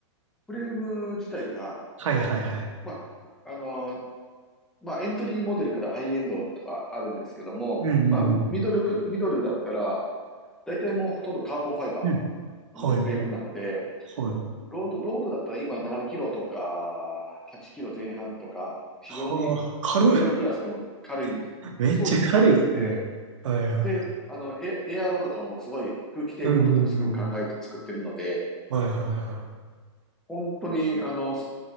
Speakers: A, in the centre; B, on the right (about 80°).
A: フレーム自体が、
B: はいはいはい。
A: まあ、あの、まあ、エントリーモデルからハイエンドとかあるんですけども、
B: うんうん
A: まあ、ミドルク、ミドルだったら、大体もうほとんどカーボンファイバ
B: うん。うんはいはい
A: ーのフレームなので、
B: はい。
A: ロード、ロードだったら今7キロとか8キロ前半とか、非常に
B: はあ、軽い。
A: ミドルクラスでも軽い、
B: <laughs> めっちゃ軽いっすね。
A: そうです、軽いので、
B: はいはいはい。
A: で、あの、エ、エアロとかもすごい空気抵抗とかもすごく考えて作ってるので、
B: うんうんうん。はいはいは
A: 本当に、あの、ス